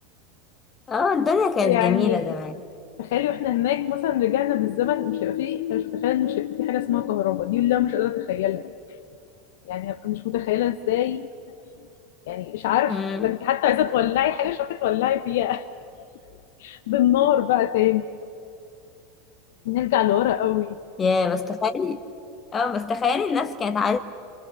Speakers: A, on the left; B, on the left.
A: اه الدنيا
B: بس
A: كانت
B: يعني
A: جميلة زمان
B: تخيلي واحنا هناك مثلا رجعنا بالزمن مش هيبقى فيه مش متخيله ان مش هيبقى فيه حاجه اسمها كهرباء دي اللي انا مش قادره اتخيلها يعني هبقى مش متخيله ازاي يعني مش عارف
A: مم.
B: ده انت حتى عايزه تولعي حاجه مش عارفه تولعي فيها <laughs> بالنار بقى تاني نرجع لورا قوي
A: يا بس تخيلي اه بس تخيلي الناس كانت عايشة